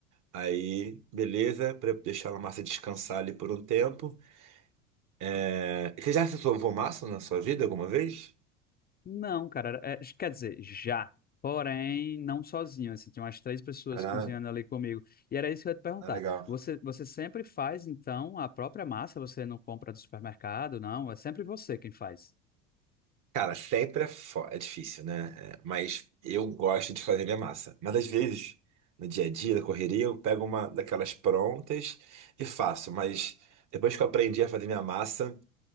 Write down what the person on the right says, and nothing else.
Aí, beleza, para deixar a massa descansar ali por um tempo. É, Você já sovou massa na sua vida alguma vez?
Ah,
ah, legal.
Cara, sempre é, fo- é difícil, né? É, Mas eu gosto de fazer minha massa. Mas às vezes, no dia a dia, na correria, eu pego uma daquelas prontas e faço. Mas depois que eu aprendi a fazer minha massa,